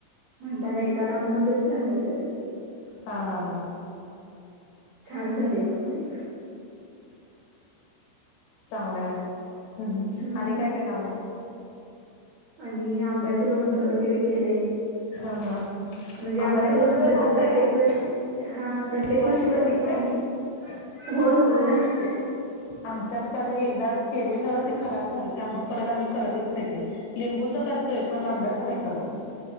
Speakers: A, on the right; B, on the left.
A: म्हणताना एका राऊंड मध्येच घालायचं ते.
B: हा हा हा.
A: छान झालेय पण ते.
B: चांगलंय ह
A: हम्म
B: आणि काय केला मग.
A: आणि आंब्याचे लोणच वगैरे केले.
B: हा हा.
A: म्हणजे
B: आंब्याचं
A: आंब्याच
B: लोणचं
A: लोनच
B: राहतय
A: प्रत्येक वर्षी हा प्रत्येक
B: वर्षभर
A: वर्षी करतो
B: टिकतय
A: आम्ही. होय होय राहते.
B: आमच्यात काल एकदा केलेलं ते खराब झालं त्यामुळे परत आम्ही. करतच नाही ते लिंबूच करतोय पण आंब्याच नाही करत.